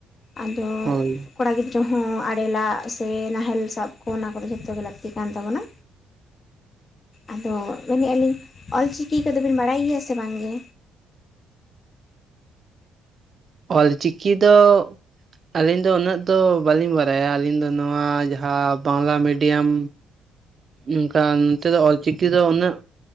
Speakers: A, on the left (about 40°); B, on the right (about 45°).
A: ᱟᱫᱚ
B: ᱦᱳᱭ
A: ᱠᱚᱲᱟ ᱜᱤᱫᱽᱨᱟᱹ ᱦᱚᱸ ᱟᱲᱮ ᱞᱟᱜ ᱥᱮ ᱱᱟᱦᱮᱞ ᱥᱟᱵ ᱠᱚ ᱚᱱᱟ ᱠᱚᱫᱚ ᱡᱷᱚᱛᱚ ᱜᱮ ᱞᱟᱹᱠᱛᱤ ᱠᱟᱱ ᱛᱟᱵᱚᱱᱟ᱾ ᱟᱫᱚ ᱢᱮᱱᱮᱫ ᱟᱹᱞᱤᱧ ᱚᱞᱪᱤᱠᱤ ᱠᱚᱫᱚ ᱵᱤᱱ ᱵᱟᱲᱟᱭ ᱜᱮᱭᱟ ᱥᱮ ᱵᱟᱝᱜᱮ?
B: ᱚᱞᱪᱤᱠᱤ ᱫᱚ ᱼᱼ ᱟᱹᱞᱤᱧ ᱫᱚ ᱩᱱᱟᱹᱜ ᱫᱚ ᱵᱟᱹᱞᱤᱧ ᱵᱟᱲᱟᱭᱟ ᱟᱹᱞᱤᱧ ᱫᱚ ᱱᱚᱣᱟ ᱡᱟᱦᱟᱸ ᱵᱟᱝᱞᱟ ᱢᱤᱰᱤᱭᱟᱢ ᱚᱱᱠᱟ ᱱᱚᱛᱮ ᱫᱚ ᱚᱞᱪᱤᱠᱤ ᱫᱚ ᱩᱱᱟᱹᱜ